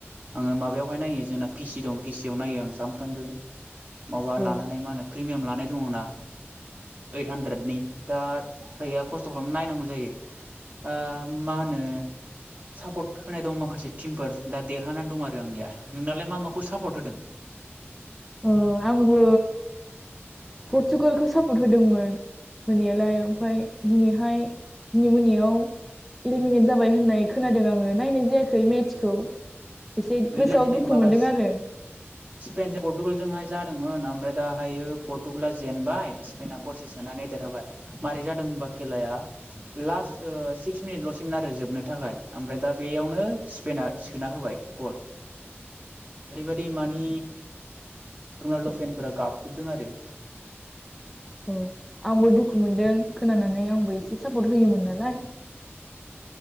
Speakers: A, on the right; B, in the centre.
A: आङो माबायावहाय नायो जोंना पिसि दं पिसियाव नायो आं सानफ्रामबो माबा
B: बा
A: लानानै मा होनो प्रिमियाम लानानै दङ आंना ओइट हानद्रेदनि दा उफाय गैया खस्थ' खालामनानै नायनांगौ जायो ओ मा होनो सापर्ट होनाय दं माखासे टिमफोर दा देरहानानै दं आरो आंनिया नोंनालाय मा माखौ सापर्ट होदों
B: ओ आंबो पर्तुगालखौ सापर्ट होदोंमोन होनायालाय ओमफ्राय दिनैहाय दिनै मोनायाव इलिमिनेट जाबाय होननाय खोनादों आङो नायनाय जायाखै मेट्सखौ एसे
A: गैला
B: गोसोआव
A: दिनै
B: दुखु
A: माबा
B: मोनदों आरो
A: स्पेनजों पर्टुगालजोंहाय जादोंमोन ओमफ्राय दाहायो पर्टुगाला जेनबाय स्पेना गरसे सोनानै देरहाबाय मारै जादों होनबा खेलाया लाससिक्स मिनिटल'सिम आरो जोबनो थाखाय ओमफ्राय दा बेयावनो स्पेना सोना होबाय गल ओरैबायदि मानि रनाल्द' फेन्सफोरा गाबजोबदों आरो
B: औ आंबो दुखु मोनदों खोनानानै आंबो एसे सापर्ट होयोमोन नालाय